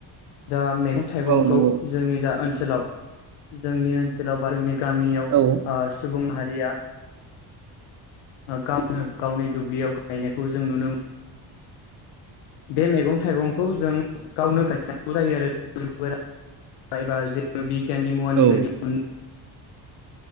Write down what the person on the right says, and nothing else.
औ नंगौ
नंगौ
औ
औ